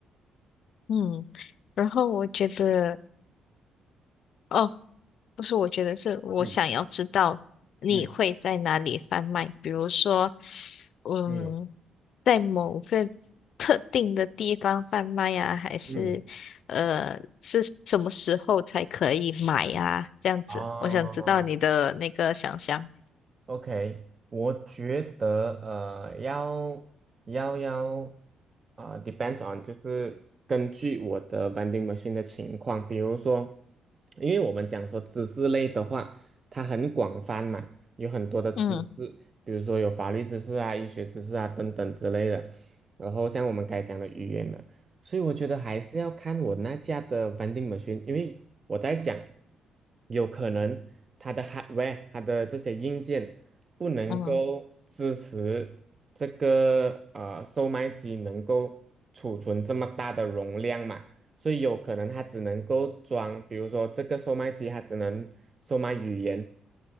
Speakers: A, on the left; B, on the right.
A: 嗯，然后我觉得，哦，不是，我觉得是我想要知道你会在哪里贩卖，
B: 嗯嗯
A: 比如说，嗯。
B: 嗯
A: 在某个特定的地方贩卖呀，还是呃是什么时候才可以买呀？
B: 嗯，
A: 这样子，
B: 哦，
A: 我想知道你的那个想象。
B: OK，我觉得呃，要要要啊、d e p e n d s on，就是根据我的 vending machine 的情况，比如说，因为我们讲说知识类的话，它很广泛嘛，有很多的知识，
A: 嗯
B: 比如说有法律知识啊、医学知识啊等等之类的。然后像我们该讲的语言的，所以我觉得还是要看我那家的 vending machine，因为我在想，有可能它的 hardware，它的这些硬件不能够支持这个呃售卖机能够储存这么大的容量嘛，
A: 嗯
B: 所以有可能它只能够装，比如说这个售卖机它只能售卖语言，